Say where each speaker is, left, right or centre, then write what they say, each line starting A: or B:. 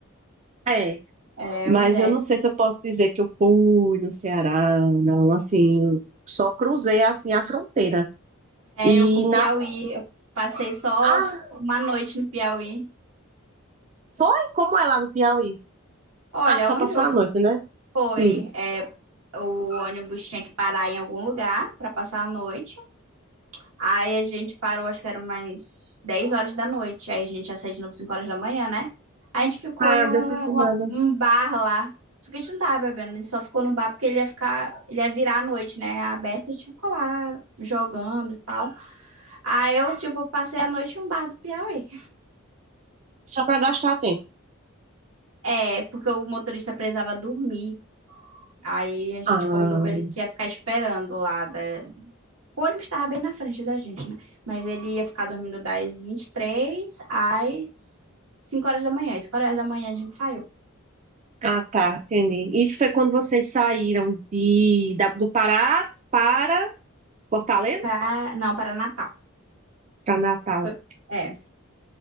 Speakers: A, on the right; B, on the right.
A: É.
B: É,
A: Mas
B: mulher.
A: eu não sei se eu posso dizer que eu fui no Ceará, não, assim, só cruzei assim a fronteira.
B: É,
A: E
B: eu com Piauí.
A: na
B: Eu passei só
A: Ah,
B: uma noite no Piauí.
A: foi como é lá no Piauí?
B: Olha,
A: Ah, só
B: onde
A: passou
B: eu
A: a noite, né?
B: fui,
A: Hum.
B: é, o ônibus tinha que parar em algum lugar para passar a noite. Aí a gente parou, acho que era umas 10 horas da noite. Aí a gente ia sair de novo 5 horas da manhã, né? Aí a gente ficou
A: Ah,
B: em um,
A: deu tipo
B: uma-
A: nada.
B: um bar lá. Só que a gente não tava bebendo, a gente só ficou no bar porque ele ia ficar, ele ia virar a noite, né? Aberto, a gente ficou lá jogando e tal. Aí eu, tipo, passei a noite em um bar do Piauí.
A: Só para gastar tempo.
B: É, porque o motorista precisava dormir. Aí a gente
A: Ah,
B: combinou com ele que ia ficar esperando lá da, O ônibus estava bem na frente da gente, né? Mas ele ia ficar dormindo das 23 às 5 horas da manhã. Às 5 horas da manhã a gente saiu.
A: ah, tá, entendi. Isso foi quando vocês saíram de da- do Pará para Fortaleza?
B: Pra... Não, para Natal.
A: Para Natal.
B: Foi- É,